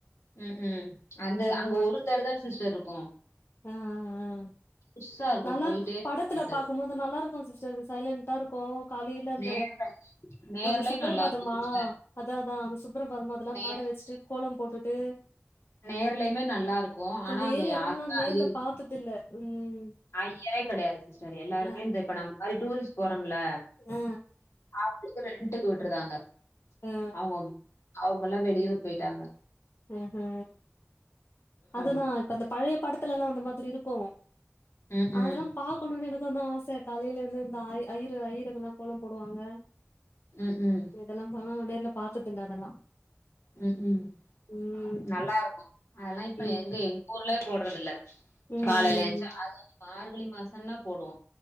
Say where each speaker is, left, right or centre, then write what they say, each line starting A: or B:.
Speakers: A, on the left; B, on the left.
A: ம் ம் அந்த
B: ம்
A: அங்க
B: மத்
A: ஒரு தர தா சிஸ்டர் இருக்கு
B: ஆ ஆ ஆ
A: பெருசா இருக்கு
B: நல்லா
A: போயிட்டே
B: இருக் படத்துல
A: ஒரு தெரு
B: பாக்குபோது நல்லா இருக்கு சிஸ்டர் இது சைலண்டா இருக் போ காலையில அந்த
A: நேர்ல நேர்லயு
B: அந்த சுப்ரபாதமா
A: நல்லா இருக்கு சிஸ்டர்
B: அத அத தான் அந்த சுப் சுப்ரபாதம அதெல்லா
A: நே
B: பாட வச்சிட்டு கோலம் போட்டுட்டு
A: நேர்லயுமே நல்லா இருக்கும். ஆனா
B: அந்த
A: அங்க
B: ஏரியாலா
A: யாருமே
B: நா நேர்ல
A: ஐ
B: பாத்ததில்ல ம்
A: ஐயரே கெடயாது சிஸ்டர் எல்லாருமே
B: அ
A: இந்த இப்ப நம் மாரி டூரிஸ்ட் போறோமுல
B: அ அ
A: அவுங்ளுக்கு ரெண்டுக்கு உட்ருதாங்க
B: அ அ
A: அவுங்க அவுங்களா வெளியூர் பேயிட்டாங்க
B: ஆ ஆ அதுதா
A: அப்டி.
B: இப்ப அந்த பழைய படத்துலலா அந்த மாதிரி இருக்கு
A: ம்ஹ்ம்.
B: அதெலா பாக்கணுனு எனக்கு அதா ஆச காலைலருந்து இந்த ஐ ஐயிரு ஐயிருங்லா கோலம் போடுவாங்க
A: ம் ம்
B: இதெலாமா நேர்ல பாத்ததுல்ல அதெலா
A: ம் ம்
B: ம்
A: நல்லாருக்கு அதெலா இப்ப
B: ம்
A: எங்க எங் ஊர்லே போட்றதுல்ல
B: ம் ம்
A: காலைல எஞ்ச்சி அது வந்து மார்கழி மாசன்னா போடுவோ